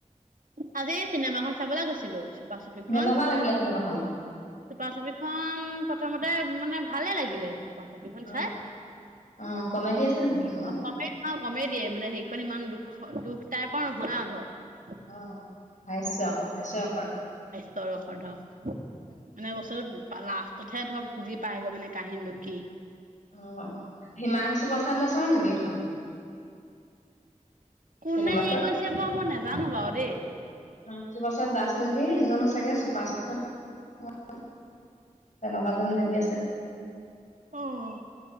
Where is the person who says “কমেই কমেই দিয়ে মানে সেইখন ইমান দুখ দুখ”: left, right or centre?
Right